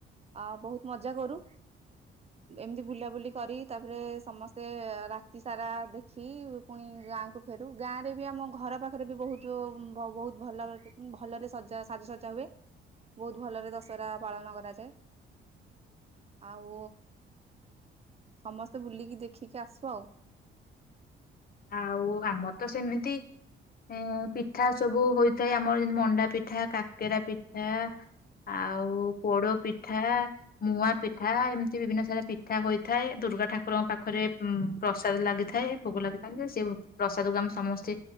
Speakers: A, on the right (about 30°); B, on the left (about 50°).
A: ଆ ବହୁତ ମଜା କରୁ, ଏମିତି ବୁଲାବୁଲି କରି ତାପରେ ସମସ୍ତେ ରାତି ସାରା ଦେଖି ପୁଣି ଗାଁକୁ ଫେରୁ। ଗାଁରେ ବି ଆମ ଘର ପାଖରେ ବୋହୁତ ବ ବହୁତ ଭଲ ଭଲରେ ସଜା ସାଜସଜ୍ଜା ହୁଏ, ବୋହୁତ ଭଲରେ ଦଶହରା ପାଳନ କରାଯାଏ। ଆଉ ସମସ୍ତେ ବୁଲିକି ଦେଖିକି ଆସୁ ଆଉ।
B: ଆଉ ଆମର ତ ସେମିତି ଏଁ ପିଠା ସବୁ ହୋଇଥାଏ ଆମର ଯେମିତି ମଣ୍ଡା ପିଠା କାକେରା ପିଠା ଆଉ ପୋଡ ପିଠା ମୁଆଁ ପିଠା ଏମିତି ବିଭିନ୍ନ ସାରା ପିଠା ହୋଇଥାଏ ଦୁର୍ଗା ଠାକୁରଙ୍କ ପାଖରେ ଉଁ ପ୍ରସାଦ ଲାଗିଥାଏ ଭୋଗ ଲାଗି <unintelligible> ଲେ ସେ ପ୍ରସାଦକୁ ଆମେ ସମସ୍ତେ